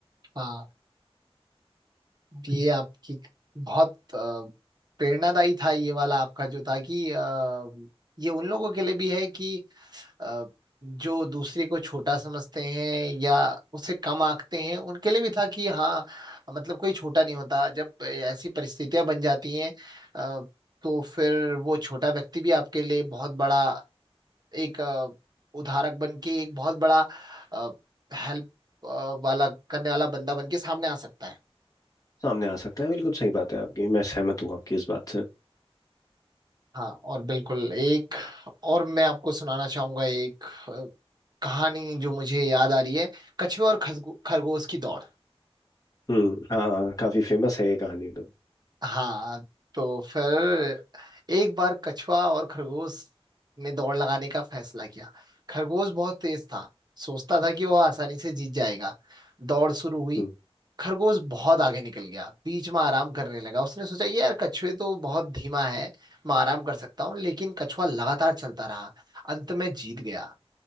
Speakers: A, on the right (about 40°); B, on the left (about 35°).
A: हाँ ये आपकी बहुत अ, प्रेरणादायी था ये वाला आपका जो था कि अ, ये उन लोगों के लिए भी है कि अ, जो दूसरे को छोटा समझते हैं या उसे कम आंकते हैं उनके लिए भी था कि हाँ मतलब कोई छोटा नहीं होता जब ऐसी परिस्थितियां बन जाती हैं अ, तो फिर वो छोटा व्यक्ति भी आपके लिए बहुत बड़ा एक अ, उधारक बन के एक बहुत बड़ा हेल्प वाला करने वाला बंदा बन के सामने आ सकता है
B: सामने आ सकता है बिल्कुल सही बात है आपकी मैं सहमत हूँ आपकी इस बात से
A: हाँ और बिल्कुल एक और मैं आपको सुनाना चाहूंगा एक अ, कहानी जो मुझे याद आ रही है कछुआ और खसगो- खरगोश की दौड़
B: हम्म हाँ हाँ, काफी फेमस है ये कहानी तो
A: हाँ तो फिर एक बार कछुआ और खरगोश ने दौड़ लगाने का फैसला किया खरगोश बहुत तेज था सोचता था कि वह आसानी से जीत जाएगा दौड़ शुरू हुई
B: हम्म
A: खरगोश बहुत आगे निकल गया बीच में आराम करने लगा उसने सोचा ये यार कछुए तो बहुत धीमा है मैं आराम कर सकता हूँ लेकिन कछुआ लगातार चलता रहा अंत में जीत गया